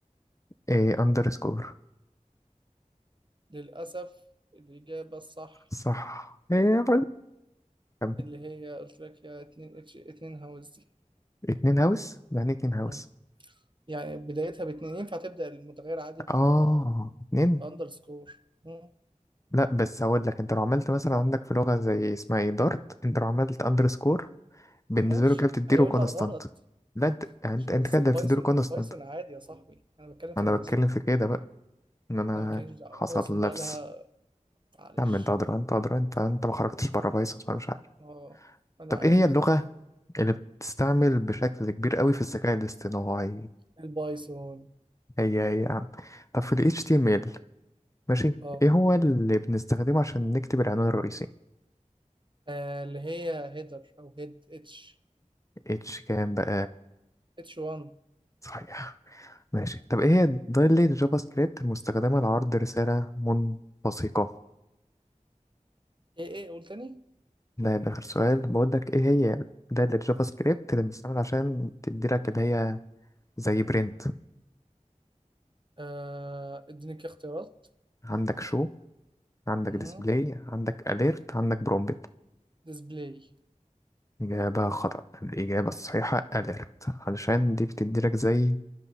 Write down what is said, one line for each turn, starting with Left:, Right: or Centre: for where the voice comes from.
Left: ايه underscore
Right: للأسف الإجابة الصح
Left: صح إيه، كم؟
Right: اللي هي قلت لك يا اتنين اتش اتنين هاوس دي
Left: اتنين هاوس يعني إيه اتنين هاوس
Right: مم. يعني بدايتها باتنين ينفع تبدأ المتغير عادي ب-
Left: اه اتنين
Right: بأندرسكور مم.
Left: لا بس هقول لك انت لو عملت مثلا عندك في لغة زي اسمها ايه دارت انت لو عملت اندرسكور بالنسبة
Right: ماشي
Left: له كده بتديله
Right: هيقول
Left: كونستانت
Right: لك غلط
Left: لا انت يعني
Right: ماشي
Left: انت انت
Right: بس
Left: كده
Right: البايثون
Left: بتديله كونستانت
Right: بايثون عادي يا صاحبي أنا بتكلم في
Left: انا
Right: بايثون
Left: بتكلم في كده بقى ان انا
Right: أنا ما كانش دعوة
Left: حصل
Right: بايثون بقى
Left: لبس
Right: لها معلش
Left: يا عم انت ادرى انت ادرى انت انت ما خرجتش بره بايثون مش عارف
Right: اه أنا
Left: طب
Right: عارف
Left: ايه هي اللغة اللي بتستعمل بشكل كبير قوي في الذكاء الاصطناعي
Right: البايثون
Left: هي هي يا عم طب في ال HTML ماشي
Right: اه
Left: ايه هو اللي بنستخدمه عشان نكتب العنوان الرئيسي
Right: آه، اللي هي هيدر أو هيد اتش
Left: اتش كام بقى
Right: اتش 1
Left: صحيح ماشي طب ايه هي دايلة جافا سكريبت المستخدمة لعرض رسالة منبثقة
Right: ايه ايه قول تاني
Left: ده يبقى آخر سؤال بقول لك ايه هي دايلة جافا سكريبت اللي بنستعمل عشان تدي لك اللي هي زي برنت
Right: آه اديني كده اختيارات
Left: عندك شو عندك
Right: مم.
Left: ديسبلاي عندك اليرت عندك برومبت
Right: ديسبلاي
Left: إجابة خطأ الإجابة الصحيحة اليرت علشان دي بتدي لك زي